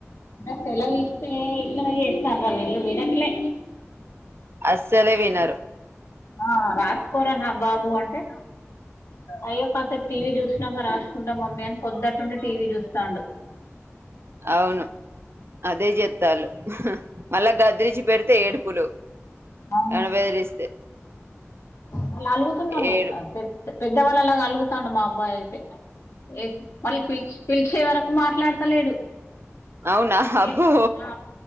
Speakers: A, on the left; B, on the right.
A: అదే సెలవు ఇస్తే ఇట్లనే చేస్తాన్రురా వీళ్ళు వినట్లే
B: అస్సలే వినరు
A: ఆ రాసుకొరా నా బాబు అంటే అయ్యో కాసేపు టీవీ చూసినాంక రాసుకుంటా మమ్మీ అని పొద్దుట్నుండి టీవీ చూస్తాండు
B: అవును అదే చేత్తా ల్లు మళ్ళా గదిరిచ్చి పెడితే ఏడుపులు
A: అవును
B: ఏమన్నా బెదిరిస్తే
A: వాళ్ళు అలుగుతున్నారు
B: ఏడు
A: అ పెద్ పెద్దవాళ్ళలాగా అలుగుతాండు మా అబ్బాయి అయితే ఏ మళ్ళీ పిల్చ్ పిలిచే వరకు మాట్లాడతలేడు
B: అవునా అబ్బో
A: ఏ ఆ